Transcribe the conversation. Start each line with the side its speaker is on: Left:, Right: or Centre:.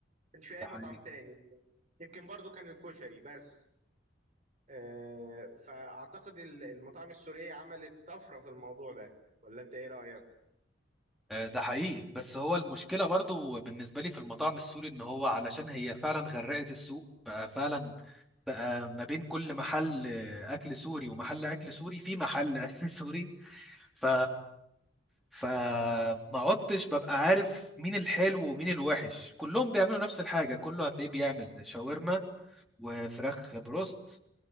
Right: كانش في اي
Centre: يعني
Right: مطعم تاني يمكن برضو كان الكشري بس آه، فاعتقد ال- المطاعم السوريه عملت طفره في الموضوع ده ولا انت ايه رايك
Centre: آه، ده حقيقي بس هو المشكلة برضو بالنسبة لي في المطاعم السوري ان هو علشان هي فعلا غرقت السوق بقى فعلا بقى ما بين كل محل آه، اكل سوري ومحل اكل سوري في محل <laughs> اكل سوري ف فما عدتش ببقى عارف مين الحلو ومين الوحش كلهم بيعملوا نفس الحاجة كله هتلاقيه بيعمل شاورما وفراخ بروست